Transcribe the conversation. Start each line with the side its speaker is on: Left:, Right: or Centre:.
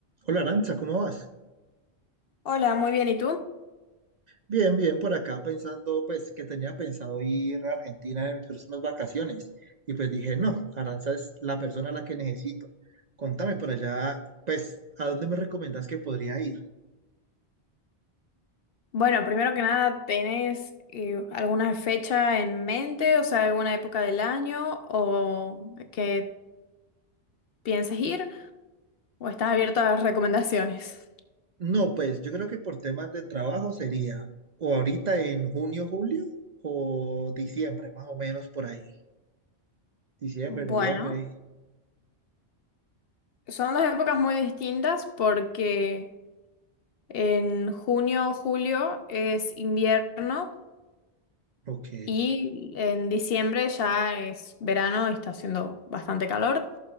Right: Hola Arancha, ¿cómo vas?
Left: Hola, muy bien, ¿y tú?
Right: Bien, bien, por acá pensando, pues que tenía pensado ir a Argentina en mis próximas vacaciones. Y pues dije, no, Aranza es la persona a la que necesito. Contame por allá, pues, ¿a dónde me recomiendas que podría ir?
Left: Bueno, primero que nada, ¿tenés eh, alguna fecha en mente, o sea, alguna época del año o que pienses ir o estás abierto a las recomendaciones?
Right: No, pues yo creo que por temas de trabajo sería o ahorita en junio, julio o diciembre, más o menos por ahí. Diciembre,
Left: Bueno,
Right: noviembre.
Left: son dos épocas muy distintas porque en junio, julio es invierno
Right: Ok.
Left: y en diciembre ya es verano y está haciendo bastante calor.